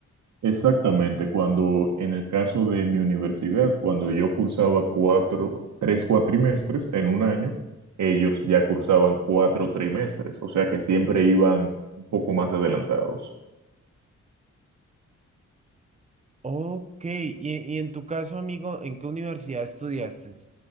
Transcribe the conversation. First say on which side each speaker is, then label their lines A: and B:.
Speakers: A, on the right; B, on the right.
A: Exactamente, cuando en el caso de mi universidad, cuando yo cursaba cuatro, tres cuatrimestres en un año, ellos ya cursaban cuatro trimestres, o sea que siempre iban un poco más adelantados.
B: Ok, y, y en tu caso, amigo, ¿en qué universidad estudiaste?